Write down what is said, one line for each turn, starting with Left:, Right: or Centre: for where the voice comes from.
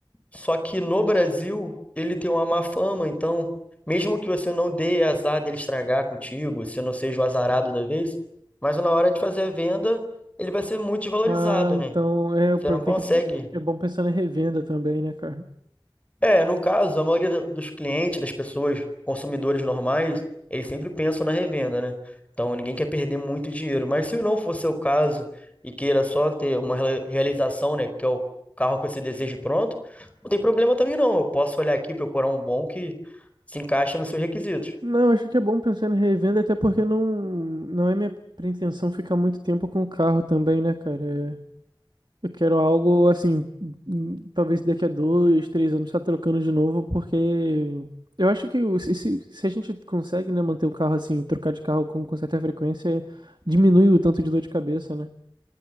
Left: Só que no Brasil, ele tem uma má fama, então, mesmo que você não dê azar dele estragar contigo, você não seja o azarado da vez, mas na hora de fazer a venda, ele vai ser muito desvalorizado,
Right: Ah, então
Left: né?
Right: é, o
Left: Você
Right: problema
Left: não consegue
Right: tem que é bom pensar na revenda também, né, cara?
Left: é, no caso, a maioria da- dos clientes, das pessoas, consumidores normais, eles sempre pensam na revenda, né? Então ninguém quer perder muito dinheiro. Mas se não for seu caso e queira só ter uma rela- realização, né, que é o carro que você deseja e pronto, não tem problema também não. Eu posso olhar aqui, procurar um bom que se encaixe nos seus requisitos.
Right: Não, acho que é bom pensar em revenda, até porque não, não é minha pretensão ficar muito tempo com o carro também, né, cara? É, Eu quero algo assim, hum, talvez daqui a dois, três anos tá trocando de novo, porque eu acho que o- se, se se a gente consegue, né, manter o carro assim, trocar de carro com, com certa frequência, diminui o tanto de dor de cabeça, né?